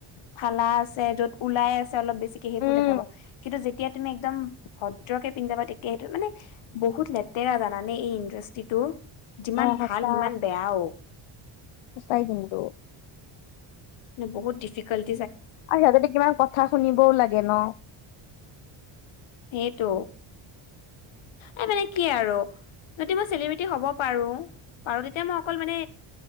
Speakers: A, on the left (about 65°); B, on the left (about 85°).
A: ফালা আছে যত ওলাই আছে অলপ বেছিকে সেইবোৰ
B: উম,
A: দেখাব কিন্তু যে তেতিয়া তুমি একদম ভদ্ৰকে পিন্ধি যাবা তেতিয়া সেইটো মানে বহুত লেতেৰা জানানে এই ইণ্ডাষ্ট্ৰিটো যিমান
B: অ', সঁচা
A: ভাল সিমান বেয়াও
B: সঁচাই কিন্তু
A: ন বহুত ডিফিক্টকেলত।
B: আৰু সিহঁতে কিমান কথা শুনিবও লাগে ন।
A: সেইটো এই মানে কি আৰু যদি মই চেলিব্ৰেটি হ'ব পাৰো -পাৰো তেতিয়া মই অকল মানে